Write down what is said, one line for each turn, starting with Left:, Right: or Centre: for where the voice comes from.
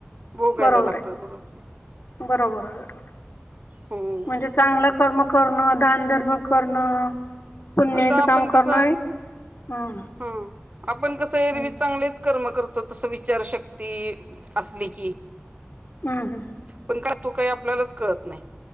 Right: भोगायला
Left: बरोबर
Right: लागतात
Left: आहे
Right: बरोबर
Left: बरोबर आहे बरोबर
Right: हम्म
Left: म्हणजे चांगलं कर्म करणं दानधर्म करणं पुण्याचं
Right: आता आपण
Left: काम करणं
Right: कस
Left: आहे हम्म
Right: ह आपण कसं एरवीज
Left: हम्म
Right: चांगलेच कर्म करतो तस विचारशक्ती असली की
Left: हम् हम्
Right: पण का तो काही आपल्यालाच कळत नाही